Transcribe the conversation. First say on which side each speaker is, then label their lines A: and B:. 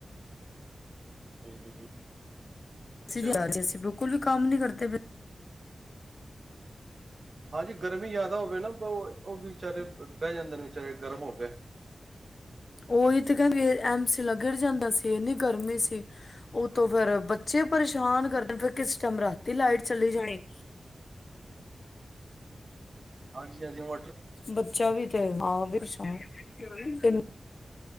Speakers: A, on the right; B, on the left.
A: ਹਮ।
B: ਅਸੀਸੀਂ
A: ਚਲੋ
B: ਬੁ <unintelligible> ਕੋਈ ਵੀ ਕੰਮ ਨਹੀਂ ਕਰਦੇ।
A: ਹਾਂਜੀ ਗਰਮੀ ਜ਼ਿਆਦਾ ਹੋਵੇ ਨਾ ਉਹ ਵੀ ਵਿਚਾਰੇ ਬਹਿ ਜਾਂਦੇ ਨੇ ਵਿਚਾਰੇ ਗਰਮ ਹੋਵੇ।
B: ਉਹੀ ਤੇ ਕਹਿੰਦੇ ਐਮ ਸੀ ਗਿਰ ਜਾਂਦਾ ਸੀ ਇੰਨੀ ਗਰਮੀ ਸੀ। ਉਹ ਤੋਂ ਫੇਰ ਬ ਬੱਚੇ ਪਰੇਸ਼ਾਨ ਕਰ ਫਿਰ ਕਿਸ ਟਾਈਮ ਰਾਤੀ ਲਾਈਟ ਚਲੀ ਜਾਣੀ। <unintelligible>
A: ਹਾਂਜੀ - ਹਾਂਜੀ, ਮ
B: ਬੱਚਾ ਵੀ ਤੇ ਹਾਂ <unintelligible>